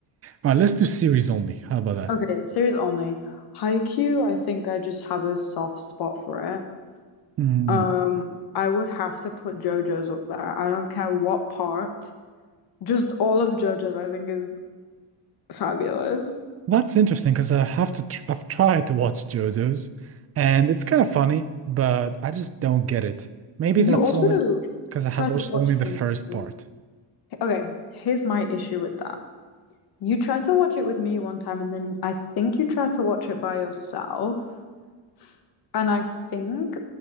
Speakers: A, on the right; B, on the left.
A: All right, let's do series only. How about that?
B: Okay, series only. Haikyuu, I think I just have a soft spot for it.
A: Mm,
B: Um,
A: okay.
B: I would have to put JoJo's up there. I don't care what part. Just all of JoJo's, I think, is fabulous.
A: That's interesting because I have to tr I've tried to watch JoJo's and it's kind of funny, but I just don't get it. Maybe
B: You
A: that's
B: also
A: only because I have
B: try
A: watched
B: to watch
A: only
B: it.
A: the
B: with-
A: first
B: me.
A: part.
B: Okay, here's my issue with that. You tried to watch it with me one time, and then I think you tried to watch it by yourself. and I think